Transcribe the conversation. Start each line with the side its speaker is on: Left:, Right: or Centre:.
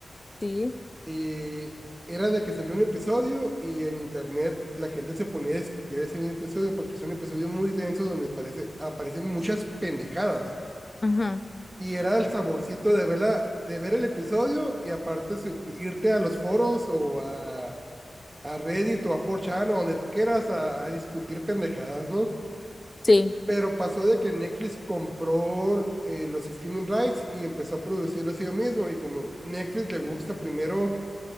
Left: Sí,
Right: eh, era de que salió un episodio y en internet la gente se ponía a discutir ese mismo episodio porque es un episodio muy denso donde parece, aparecen muchas pendejadas.
Left: Ujú.
Right: Y era el saborcito de, verla, de ver el episodio y aparte su, irte a los foros o a, a Reddit o a 4chan o donde tú quieras a, a discutir pendejadas, ¿no?
Left: sí,
Right: Pero pasó de que Netflix compró eh, los streaming rights y empezó a producirlos ellos mismos. Y como Netflix le gusta primero